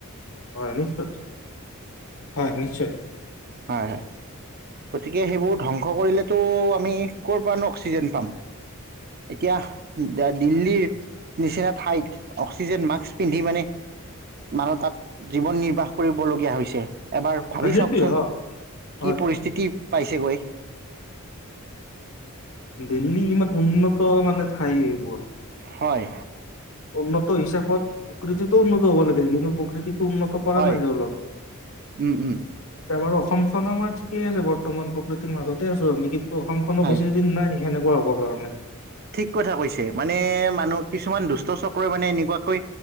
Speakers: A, on the left; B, on the right.
A: হয় নিশ্চয়, হয় নিশ্চয়।
B: হয় হয় গতিকে সেইবোৰ ধ্বংস কৰিলেতো আমি ক'ৰ পৰা নো অক্সিজেন পাম? এতিয়া দিল্লীৰ, নিচিনা ঠাইত অক্সিজেন মাস্ক পিন্ধি মানে মানুহ তাত জীৱন নিৰ্বাহ কৰিবলগীয়া হৈছে। এবাৰ ভাবি
A: সেইটোৱে
B: চাওকচোন,
A: অ হয়
B: কি পৰিস্থিতি? পাইছেগৈ।
A: দিল্লী ইমান উন্নত মানে ঠাই এইবোৰ
B: হয়।
A: উন্নত হিচাপত, প্ৰকৃতিতো উন্নত হ'ব লাগিছে কিন্তু প্ৰকৃতিত। উন্নত কৰা
B: হয়
A: নাই,
B: উম উম
A: <unintelligible> অসমখন আমাৰ ঠিকেই আছে বৰ্তমান। মাজতে আছো আমি কিন্তু অসমখনো
B: হয়
A: বেছি দিন নাই। সেনেকুৱা হ'বৰ কাৰণে।
B: ঠিক কথা কৈছে মানে মানুহ কিছুমান, দুষ্ট চক্ৰই মানে এনেকুৱাকৈ